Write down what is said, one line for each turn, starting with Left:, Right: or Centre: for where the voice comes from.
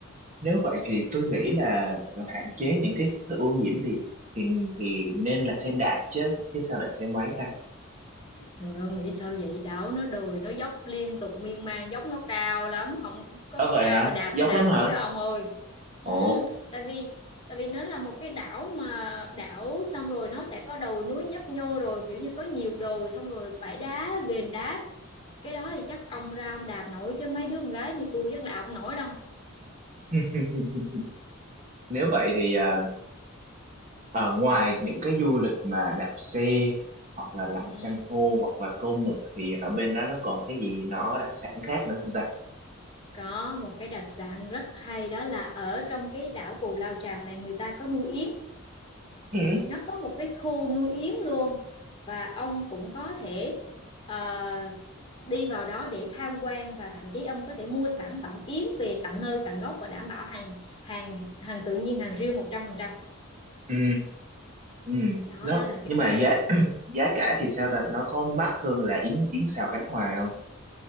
Right: nếu vậy thì tôi nghĩ là hạn chế những cái ô nhiễm thì thì thì nên là xe đạp chứ chứ sao lại xe máy ta
Left: trời ơi nghĩ sao vậy đảo nó đồi nó dốc liên tục miên man dốc nó cao lắm không có,
Right: ờ
Left: có
Right: vậy
Left: ai
Right: hả
Left: mà đạp
Right: dốc
Left: xe đạp
Right: lắm hả
Left: nổi đâu ông ơi
Right: ồ
Left: Ừ, tại vì tại vì nó là một cái đảo mà đảo xong rồi nó sẽ có đồi núi nhấp nhô rồi kiểu như có nhiều đồi xong rồi bãi đá ghềnh đá cái đó thì chắc ông ra ông đạp nổi chứ mấy đứa con gái như tôi chắc đạp không nổi đâu
Right: <laughs> nếu vậy thì à, Ở ngoài
Left: ừ,
Right: những cái du lịch mà đạp xe hoặc là lặn
Left: ừ.
Right: san hô hoặc là câu mực thì ở bên đó nó còn cái gì nó đặc sản khác nữa không ta?
Left: có một cái đặc sản rất hay đó là ở trong cái đảo Cù Lao Chàm này người ta có nuôi yến
Right: Ừ.
Left: nó có một cái khu nuôi yến luôn và ông cũng có thể ờ, đi vào đó để tham quan và thậm chí ông có thể mua sản phẩm yến về tận nơi tận gốc và đảm bảo hàng hàng hàng tự nhiên hàng riêu 100%.
Right: Ừ. Ừ.
Left: đó
Right: Nó
Left: đó là
Right: nhưng
Left: cái
Right: mà
Left: hay
Right: giá <clears throat> giá cả thì sao ta? Nó có mắc hơn là yến yến xào Khánh Hòa không?